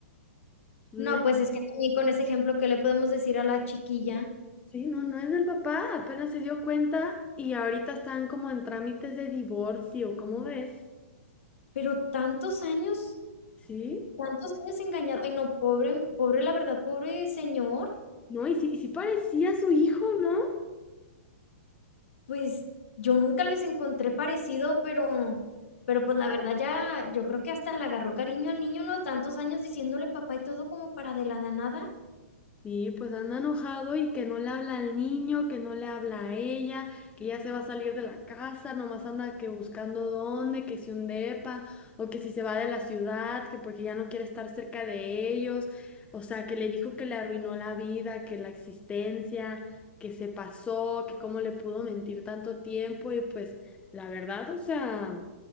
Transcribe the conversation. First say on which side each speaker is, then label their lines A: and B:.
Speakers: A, on the left; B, on the left.
A: no
B: No,
A: es,
B: pues, es que también con ese ejemplo, ¿qué le podemos decir a la chiquilla?
A: sí, no, no es del papá, apenas se dio cuenta y ahorita están como en trámites de divorcio, ¿cómo ves?
B: Pero tantos años,
A: Sí,
B: tantos años engañado. Ay, no, pobre pobre, la verdad, pobre señor.
A: no, y sí, y sí parecía su hijo, ¿no?
B: Pues, yo nunca les encontré parecido, pero pero, pues, la verdad ya yo creo que hasta le agarró cariño al niño, ¿no? Tantos años diciéndole papá y todo como para de la nada.
A: Sí, pues anda enojado y que no le habla al niño, que no le habla a ella, que ya se va a salir de la casa, nomás anda que buscando dónde, que si un depa o que si se va de la ciudad, que porque ya no quiere estar cerca de ellos, o sea, que le dijo que le arruinó la vida, que la existencia, que se pasó, que cómo le pudo mentir tanto tiempo y pues la verdad, o sea...